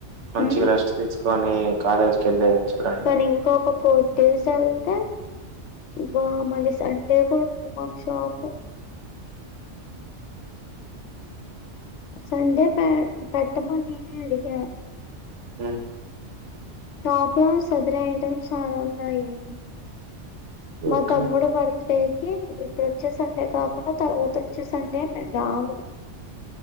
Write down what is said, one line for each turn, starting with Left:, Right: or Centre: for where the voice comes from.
Right: మంచిగ
Left: ఉమ్
Right: రెస్ట్ తీసుకొని కాలేజీకి ఎళ్ళేది చూడండి
Left: కానీ ఇంకొక ఫోర్ డేస్ ఎళ్తే బా మళ్ళీ సండే కూడా ఉంది మాకు షాపు సండే పె పెట్టమని నేనే అడిగా
Right: ఏ
Left: షాప్లో సదిరే ఐటమ్స్ చాలా ఉన్నాయి మా
Right: ఓకే
Left: తమ్ముడు బర్ త్డేకి ఇప్పుడు వచ్చే సండే కాకుండా తర్వాత వచ్చే సండే మేము రాము